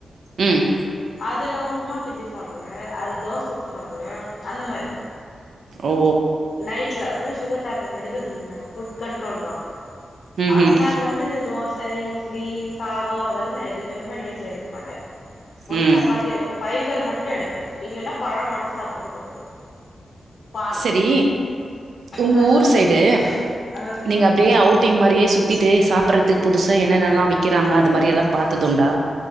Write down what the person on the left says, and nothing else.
அதுல உப்மா கிண்டி சாப்டுவே அதுல தோச ஊத்தி சாப்டுவே அந்த மாரி
நைட்ல வந்து சுகர் டேப்லெட் எடுக்றது இல்ல ஃபுட் கண்ட்ரோல்தா
அதனால வந்து இந்த தோச இட்லி சாதோ அதெல்லா நா எதுமே நைட்ல எடுக்க மாட்டே ஒன்னு
சப்பாத்தி
எடுப்பே ஃபைபர் மட்டு எடுப்பே இல்லன்னா பழோ மட்டு சாப்ட்டு கூட படுத்துருவே பால்
ஆ
சொல்லுங்க
ஆ